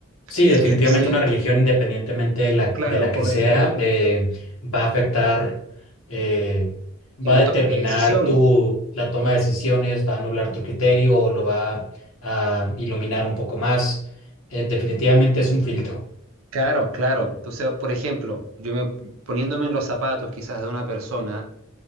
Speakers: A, on the left (about 70°); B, on the right (about 70°).
A: Sí,
B: Si
A: definitivamente
B: Sí, fuese,
A: una religión, independientemente de la,
B: claro,
A: de la
B: correcto,
A: que sea,
B: correcto,
A: eh, va a afectar, eh, va
B: en la
A: a determinar
B: toma de decisiones.
A: tu, la toma de decisiones, va a anular tu criterio o lo va a iluminar un poco más. Eh, definitivamente es un filtro,
B: Claro, claro. Entonces, por ejemplo, yo me poniéndome en los zapatos quizás de una persona